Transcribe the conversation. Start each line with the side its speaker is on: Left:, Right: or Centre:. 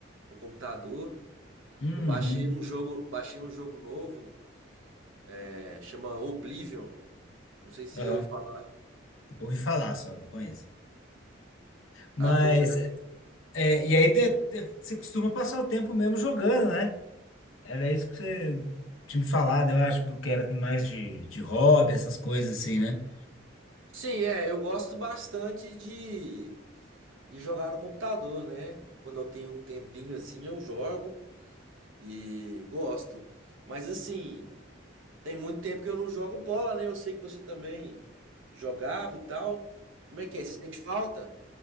Right: No computador.
Left: Uhum,
Right: Eu baixei um jogo, baixei um jogo novo, é, chama Oblivion. Não sei se você
Left: aham.
Right: já ouviu falar.
Left: Ouvi falar só, não conheço. Mas,
Right: Ah, pois é.
Left: é, e aí te- te- você costuma passar o tempo mesmo jogando, né? Era isso que você tinha me falado, eu acho que era mais de, de hobby, essas coisas assim, né?
Right: Sim, é, eu gosto bastante de, de jogar no computador, né? Quando eu tenho um tempinho assim, eu jogo. E gosto. Mas assim, tem muito tempo que eu não jogo bola, né? Eu sei que você também jogava e tal. Como é que é? Você sente falta?